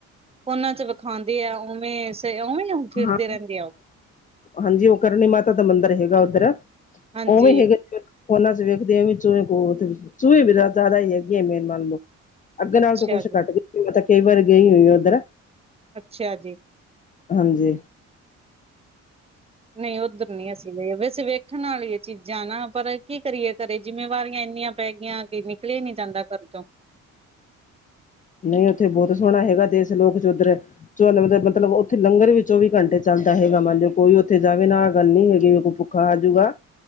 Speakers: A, on the right; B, on the left.
A: ਫੋਨਾਂ ਚ ਵਿਖਾਉਂਦੇ ਆ, ਉਵੇਂ ਸੇ ਉਵੇਂ ਫਿਰਦੇ
B: ਹਾਂ
A: ਰਹਿੰਦੇ ਆ ਉਹ
B: ਹਾਂਜੀ, ਉਹ ਕਰਨੀ ਮਾਤਾ ਦਾ ਮੰਦਿਰ ਹੈਗਾ ਉੱਧਰ
A: ਹਾਂਜੀ
B: ਉਵੇਂ ਹੈਗਾ। ਉਹਨਾਂ ਚ ਵੇਖਦੇ ਆ ਵੀ ਚੂੰਹੇ ਗੋਦ ਵਿਚ, ਚੂੰਹੇ ਵੀ ਜ਼ਿਆਦਾ ਹੀ ਹੈਗੀ ਹੈ, ਮੇਨ ਮੰਨ ਲਓ। ਅੱਗੇ
A: ਅੱਛਾ
B: ਨਾਲੋਂ ਤੇ ਕੁੱਛ
A: ਜੀ
B: ਬੈੱਟਰ, ਮੈਂ ਕਈ ਵਾਰੀ ਗਈ ਹੋਈ ਉੱਧਰ।
A: ਅੱਛਾ ਜੀ।
B: ਹਾਂਜੀ।
A: ਨਹੀਂ ਉੱਧਰ ਨੀ ਅਸੀਂ ਗਏ, ਵੈਸੇ ਵੇਖਣ ਵਾਲਿਆਂ ਚੀਜ਼ਾਂ ਨਾ, ਪਰ ਕੀ ਕਰੀਏ ਘਰੇ ਜਿੰਮੇਵਾਰੀਆਂ ਇੰਨੀਆਂ ਪੈ ਗਈਆਂ, ਕਿ ਨਿਕਲੇਯਾ ਨੀ ਜਾਂਦਾ ਘਰ ਚੋਂ।
B: ਨਹੀਂ ਉੱਥੇ ਬਹੁਤ ਸੋਹਣਾ ਹੈਗਾ, ਦੇਸ਼ ਲੋਕ ਚ ਉੱਧਰ ਜੋ ਲੱਗਦਾ, ਮਤਲਬ ਉੱਥੇ ਲੰਗਰ ਵੀ ਚੌਵੀ ਘੰਟੇ ਚੱਲਦਾ ਹੈਗਾ, ਮੰਨ ਲਿਓ ਕੋਈ ਉੱਥੇ ਜਾਵੇ ਨਾਹ ਗੱਲ ਨੀ ਹੈਗੀ ਵੀ ਖਾ ਜੂਗਾ।